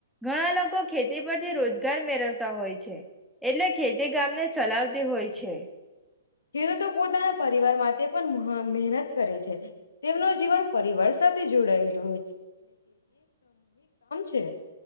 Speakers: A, in the centre; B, on the left.
A: ઘણા લોકો ખેતી પરથી રોજગાર મેળવતા હોય છે એટલે ખેતી ગામ જ ચલાવતી હોય છે
B: ખેડૂતો પોતાના પરિવાર માટે પણ મહેનત કરે છે તેમનું જીવન પરિવાર સાથે જોડાયું હ છે